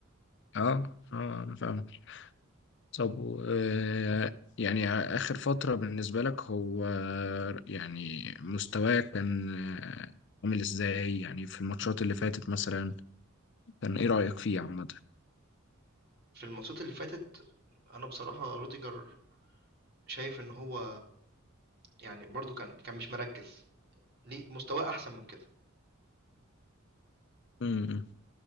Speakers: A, on the left; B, on the right.
A: اه اه انا فاهم طب و- آه، يعني اخر فترة بالنسبة لك هو يعني مستواه كان آه، عامل ازاي يعني في الماتشات اللي فاتت مثلا كان ايه رأيك فيه عامة
B: في الماتشات اللي فاتت أنا بصراحة روديجر شايف إن هو يعني برضه كان كان مش مركّز، ليه مستواه أحسن من كده،
A: مم.